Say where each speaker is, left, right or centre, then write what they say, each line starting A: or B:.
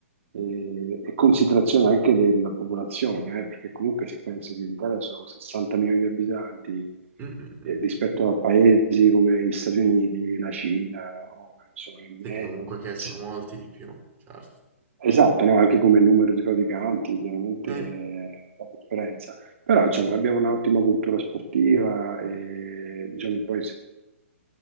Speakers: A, on the right; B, on the right.
A: e, e considerazione anche della popolazione, eh, perché comunque se pensi che l'Italia sono 60 milioni di abitanti
B: Mm, mm, mm.
A: eh, rispetto a paesi come gli Stati Uniti, la Cina, no? Sono immensi.
B: Sì, comunque che sono molti di più, certo.
A: Esatto, no? Anche come numero di praticanti, chiaramente
B: E
A: eh, fa differenza. Però insomma abbiamo un'ottima cultura sportiva e diciamo poi se